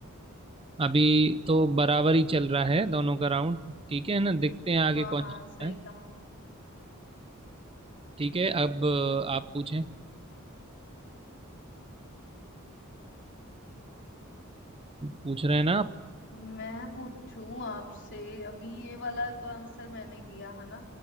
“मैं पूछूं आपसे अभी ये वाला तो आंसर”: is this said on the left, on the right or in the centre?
Left